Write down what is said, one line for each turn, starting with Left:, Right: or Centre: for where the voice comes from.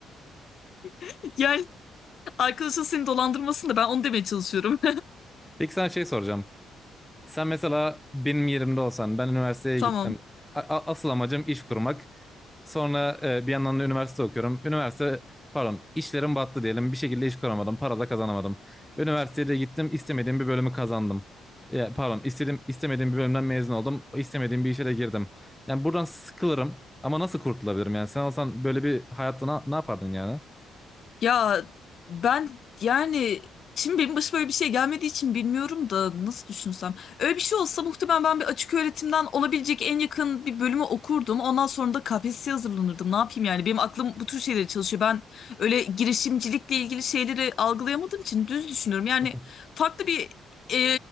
Left: <laughs> Yani arkadaşın seni dolandırmasın da ben onu demeye çalışıyorum.
Centre: Peki sana şey soracağım. Sen mesela benim yerimde olsan ben üniversiteye
Left: <laughs> Tamam.
Centre: gittim. A- a- asıl amacım iş kurmak. Sonra e, bir yandan da üniversite okuyorum. Üniversite pardon işlerim battı diyelim. Bir şekilde iş kuramadım. Para da kazanamadım. Üniversitede gittim istemediğim bir bölümü kazandım. Ya, pardon istedim, istemediğim bir bölümden mezun oldum. İstemediğim bir işe de girdim. Yani buradan sıkılırım ama nasıl kurtulabilirim yani? Sen olsan böyle bir hayatta na- ne yapardın yani?
Left: Ya ben yani şimdi benim başıma öyle bir şey gelmediği için bilmiyorum da nasıl düşünsem. Öyle bir şey olsa muhtemelen ben bir açık öğretimden olabilecek en yakın bir bölümü okurdum. Ondan sonra da KPSS'ye hazırlanırdım. Ne yapayım yani? Benim aklım bu tür şeylere çalışıyor. Ben öyle girişimcilikle ilgili şeyleri algılayamadığım için düz düşünüyorum. Yani
Centre: <laughs>
Left: farklı bir e,